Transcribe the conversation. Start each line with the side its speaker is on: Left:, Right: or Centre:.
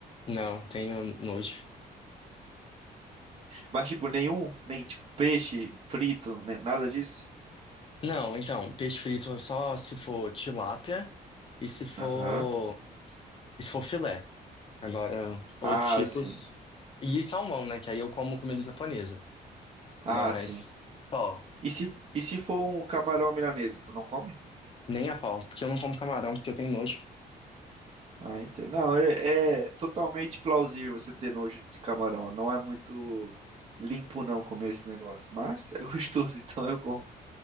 Left: Não, tenho nojo.
Right: Mas tipo, nenhum, nem tipo peixe frito, nem nada disso?
Left: Não, então, peixe frito só se for tilápia e se for,
Right: Aham.
Left: e se for filé. Agora,
Right: Ah,
Left: outros tipos.
Right: sim.
Left: E salmão, né, que aí eu como comida japonesa.
Right: Ah,
Left: Mas,
Right: sim.
Left: só.
Right: E se, e se for um camarão à milanesa, tu não come?
Left: Nem a pau, porque eu não como camarão, porque eu tenho nojo.
Right: Ah, entendo. Não, é, é totalmente plausível você ter nojo de camarão. Não é muito limpo não comer esse negócio, mas é gostoso, <laughs> então eu como.